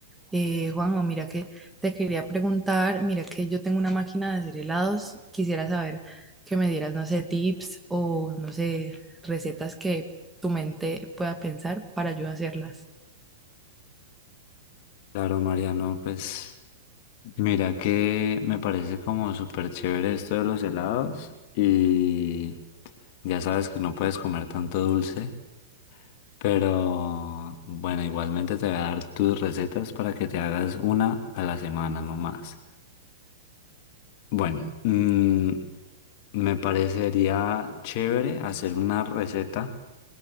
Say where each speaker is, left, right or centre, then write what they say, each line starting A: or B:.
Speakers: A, in the centre; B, on the left.
A: Eh, Juanjo, mira que te quería preguntar, mira que yo tengo una máquina de hacer helados, quisiera saber que me dieras, no sé, tips o, no sé, recetas que tu mente pueda pensar para yo hacerlas.
B: Claro, Mariano, pues mira que me parece como súper chévere esto de los helados y ya sabes que no puedes comer tanto dulce. Pero bueno, igualmente te voy a dar tus recetas para que te hagas una a la semana, no más. Bueno, mm, me parecería chévere hacer una receta